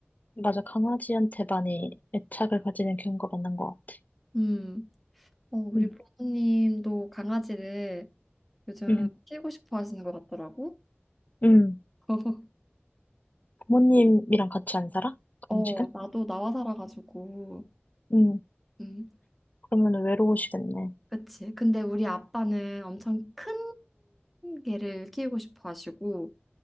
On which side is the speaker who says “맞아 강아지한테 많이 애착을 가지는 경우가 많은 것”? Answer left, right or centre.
Left